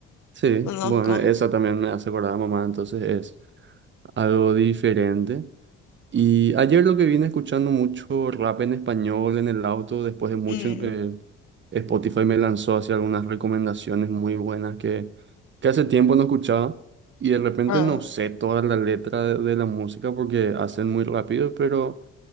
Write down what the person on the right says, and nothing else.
Sí,
bueno, esa también me hace acordar a mamá, entonces es algo diferente. Y ayer lo que vine escuchando mucho rap en español en el auto, después de mucho,
eh, Spotify me lanzó hacia algunas recomendaciones muy buenas que, que hace tiempo no escuchaba y de repente
no sé toda la letra de, de la música porque hacen muy rápido, pero